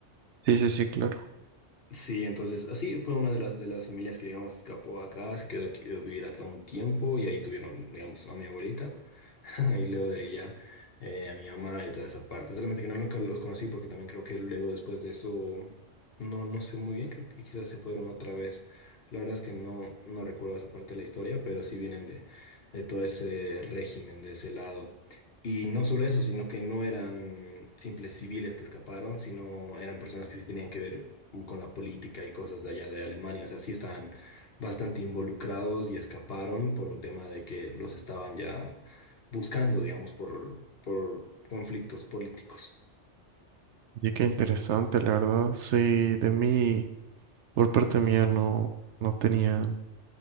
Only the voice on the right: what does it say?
Sí, sí, sí, claro.
Y qué interesante, la verdad. Sí, de mí, por parte mía, no, no tenía